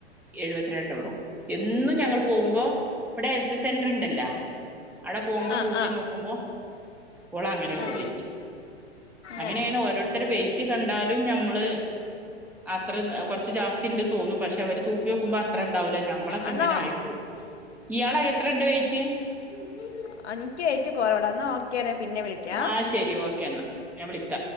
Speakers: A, in the centre; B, on the left (about 80°).
A: എഴുപത്തിരണ്ടൊള്ളൂ എന്നും ഞങ്ങള് പോകുമ്പോ ഇവിടെ ഹെൽത്ത് സെന്റർണ്ടല്ലോ അട പോകുമ്പോ
B: ആ
A: തൂക്കി
B: ആ
A: നോക്കുമ്പോ ഓളങ്ങനെള്ളു
B: ഏ
A: വെയ്റ്റ് അങ്ങനെണ്
B: ഏ
A: ഓരോരുത്തര് വെയിറ്റ് കണ്ടാലും ഞമ്മള് അത്ര കൊറച്ച് ജാസ്തി ണ്ട് തോന്നും പക്ഷെ അവര് തൂക്കി നോക്കുമ്പോ അത്ര ണ്ടാവൂല്ല ഞ മ്മളൊക്കെ
B: എന്നാ
A: ഇങ്ങനെ ആയി പോയി ഇയാളാ എത്രണ്ട് വെയ്റ്റ്?
B: <unintelligible> ന്നാ ഓക്കേട പിന്നെ വിളിക്കാ
A: ആ ശരി ഓക്കെ ഞാൻ വിളിക്ക